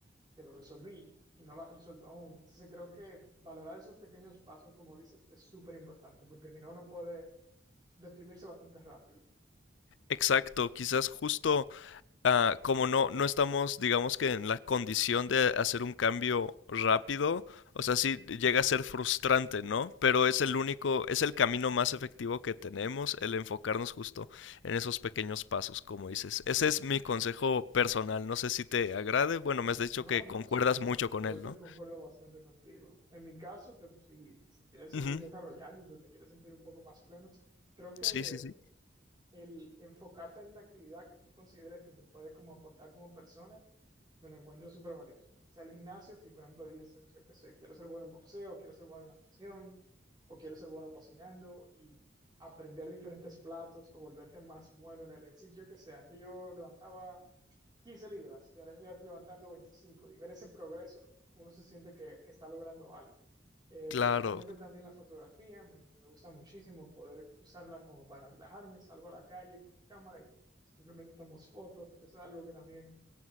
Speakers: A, on the right (about 20°); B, on the left (about 75°).
A: que lo resolví y no lo has resuelto aún. Entonces creo que valorar esos pequeños pasos, como dices, es súper importante, porque si no, uno puede deprimirse bastante rápido.
B: Exacto, quizás justo ah, como no, no estamos, digamos que en la condición de hacer un cambio rápido, o sea, sí llega a ser frustrante, ¿no? Pero es el único, es el camino más efectivo que tenemos, el enfocarnos justo en esos pequeños pasos, como dices. Ese es mi consejo personal, no sé si te agrade, bueno, me has dicho
A: No,
B: que
A: no,
B: concuerdas
A: sí, creo,
B: mucho con
A: creo
B: él,
A: que
B: ¿no?
A: concuerdo bastante contigo. En mi caso, te- si, si quieres seguir
B: Ujú,
A: desarrollándote, te quieres sentir un poco más pleno, creo que
B: Sí, sí, sí.
A: el enfocarte en una actividad que tú consideres que te puede como aportar como persona Me lo encuentro súper valioso. O sea, el gimnasio, si por ejemplo dices, yo qué sé, quiero ser bueno en boxeo, quiero ser bueno en natación, o quiero ser bueno cocinando y aprender diferentes platos o volverte más bueno en el ejercicio, yo qué sé, antes yo levantaba 15 libras y ahora estoy levantando 25 y ver ese progreso, uno se siente que, que está logrando algo. Eh,
B: Claro.
A: personalmente también la fotografía, me, me gusta muchísimo poder usarla como para relajarme, salgo a la calle con mi cámara y simplemente tomamos fotos, eso es algo que también